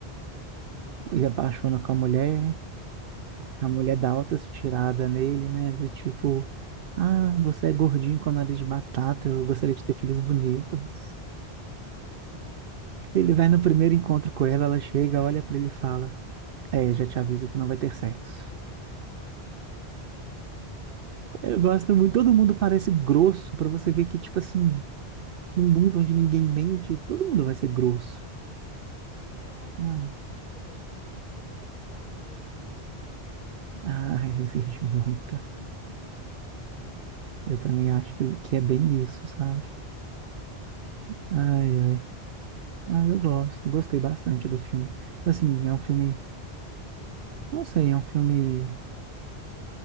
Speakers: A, on the right (about 65°); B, on the left (about 40°).
A: ele apaixona com a mulher,
B: É,
A: A
B: tem
A: mulher
B: um
A: dá
B: plot
A: altas
B: de romance.
A: tiradas nele, né? Do tipo, ah, você é gordinho com nariz de batata, eu gostaria de ter filhos bonitos.
B: Nossa.
A: Ele vai no primeiro encontro com ela, ela
B: <laughs>
A: chega, olha pra ele e fala: É, já te aviso que não vai ter sexo.
B: Ai.
A: Eu gosto muito,
B: É.
A: todo mundo parece grosso, pra você ver que, tipo assim, num mundo onde ninguém mente, todo mundo vai ser grosso.
B: Sim, eu acho
A: Ah,
B: que essa questão de socializar, né, exige muita mentira, assim.
A: ah, existe muita.
B: <laughs> Ai.
A: Eu também acho que, que é bem isso, sabe? Ai, ai. Ah, eu gosto, gostei bastante do filme. Assim, é um filme Não sei, é um filme.